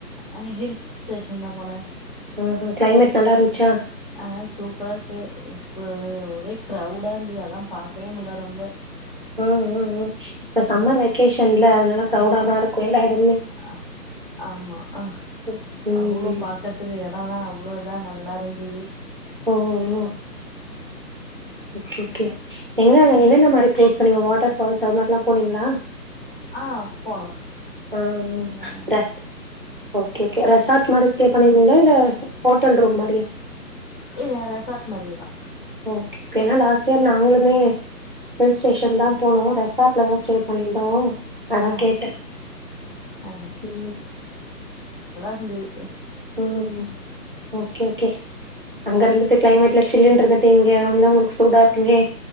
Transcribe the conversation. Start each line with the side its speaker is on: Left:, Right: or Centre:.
Left: அஹ ஹில் ஸ்டேஷன் தா பொன
Right: ஆஹா கிளைமேட் நல்லா இருந்ச்சா
Left: ஆஹ் சூப்ராருக்கு இ கு ஒரே க்ரௌடா இருந்தது அதா பாக்கவே முல்ல ரொம்ப
Right: ஆ ஆ ஆ இப்ப
Left: அஹ்
Right: சம்மர் வெக்கேஷன்ல அதனால க்ரௌடா
Left: அ ஹா
Right: தா இருக்கு எல்லா எடமுமே
Left: அ ஆமா ஆஹ்
Right: ம் ம்
Left: அவ்ளோ பாக்கத்துக்கு எடொல்லா அவ்ளோ இதா நல் நல்லாருந்தது
Right: ஓ உம் ஒக்கெ ஒகெய எங்கன் என்னென்ன மாரி ப்ளேஸ் இப்ப நீங்க வாட்டர்ஃபால்ஸ் அது மார்ல்லா போனிங்களா
Left: ஆ போனோ
Right: ஆஹ்
Left: ஆ
Right: ரஸ் ஓகே ஓகே ரெசார்ட் மாரி ஸ்டே பண்ணிர்ந்திங்ளா இல்ல ஹோட்டல் ரூம் மாரி
Left: ஏ ரெசாட் மாரியேதா
Right: ஓகே கெனலா சர் நாங்களுமே ஹில் ஸ்டேஷன் தா போனோ ரெசார்ட்லதா ஸ்டே பண்ணிருந்தோ அதா
Left: ஆ
Right: கேட்டே
Left: ஆ
Right: உ
Left: ருந்துது
Right: உம் ஓகே ஓகே அங்க இருந்துட்டு கிளைமேட்ல சில்லுன் இருந்து ஒண்ணு உங்களுக்கு சூடா இருக்குமே